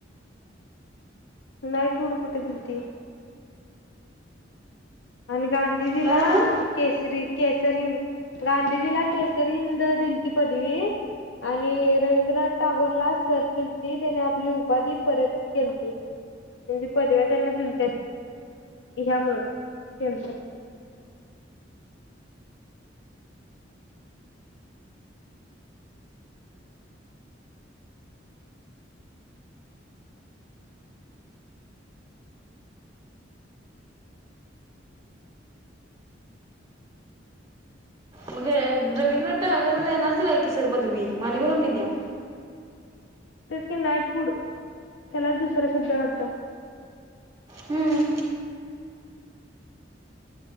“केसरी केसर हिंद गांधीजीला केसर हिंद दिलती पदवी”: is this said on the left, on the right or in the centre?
Left